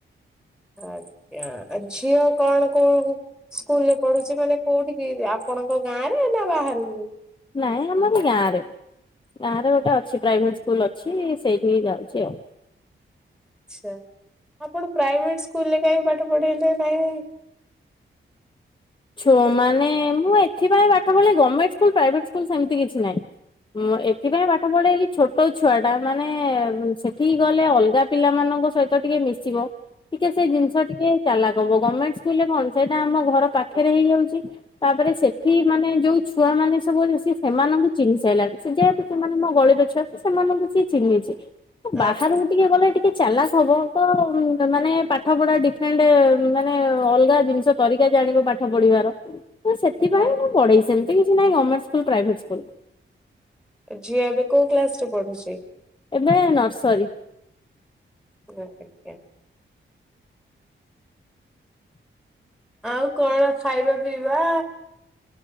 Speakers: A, in the centre; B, on the left (about 25°).
A: ଆଜ୍ଞା, ଝିଅ କଣ କଉ ସ୍କୁଲ ରେ ପଢୁଛି ମାନେ କୋଉଠିକି ଆପଣଙ୍କ ଗାଁ ରେ ନା ବାହାରକୁ?
B: ନାଇଁ ଆମର ଗାଁ ରେ। ଗାଁରେ ଗୋଟେ ଅଛି ପ୍ରାଇଭେଟ୍ ସ୍କୁଲଅଛି ସେଇଠି ହିଁ ଯାଉଛି ଆଉ।
A: ଆଚ୍ଛା, ଆପଣ ପ୍ରାଇଭେଟ୍ ସ୍କୁଲରେ କାଇଁ ପାଠ ପଢ଼େଇଲେ କାଇଁ
B: ଛୁଆମାନେ, ମୁଁ ଏଥିପାଇଁ ପାଠ ପଢେଇଲି ଗମେଣ୍ଟ ସ୍କୁଲ ପ୍ରାଇଭେଟ୍ ସ୍କୁଲ ସେମିତି କିଛି ନାହିଁ। ହଁ, ଏଥିପାଇଁ ପାଠ ପଢେଇଲି, ଛୋଟ ଛୁଆଟା ମାନେ ସେଠିକି ଗଲେ ଅଲଗା ପିଲାମାନଙ୍କ ସହିତ ଟିକେ ମିଶିବ ଟିକେ ସେଇ ଜିନିଷ ଟିକେ ଚାଲାକ ହବ, ଗମେଣ୍ଟ୍ ସ୍କୁଲରେ କଣ, ସେଇଟା ଆମ ଘର ପାଖରେ ହେଇଯାଉଚି ତାପରେ ସେଠି ମାନେ ଯୋଉ ଛୁଆ ମାନେ ସବୁ ଆ ସେମାନଙ୍କୁ ଚିହ୍ନି ସାଇଲାଣି, ସେ ଯେହେତୁ ସେମାନେ ମୋ ଗଳିର ଛୁଆ ସେମାନଙ୍କୁ ସିଏ ଚିହ୍ନିଛି, ତ ବାହାରକୁ
A: ଆଜ୍ଞା
B: ଟିକେ ଗଲେ ଟିକ୍ ଟିକେ ଚାଲାକ୍ ହବ, ତ ମାନେ ପାଠପଢା ଡିଫ୍ରେଣ୍ଟ୍ ମାନେ ଅଲଗା ଜିନିଷ ତରିକା ଜାଣିବ ପାଠ୍ ପାଠ ପଢିବାର, ତ ସେଥିପାଇଁ
A: ଆ
B: ମୁଁ ପଢେଇ, ସେମିତି କିଛି ନାହିଁ ଗମେଣ୍ଟ ସ୍କୁଲ୍ ପ୍ରାଇଭେଟ୍ ସ୍କୁଲ୍
A: ଝିଅ ଏବେ କୋଉ କ୍ଲାସରେ ପଢୁଛି?
B: ଏବେ ନର୍ସରୀ
A: ଆଜ୍ଞା। ଆଉ କଣ ଖାଇବା ପିଇବା?